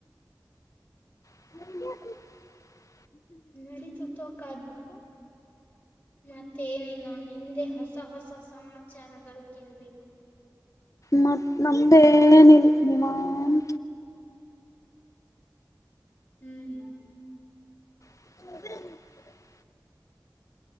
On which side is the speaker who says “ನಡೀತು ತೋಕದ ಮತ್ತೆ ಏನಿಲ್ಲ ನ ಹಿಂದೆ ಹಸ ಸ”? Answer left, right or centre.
Left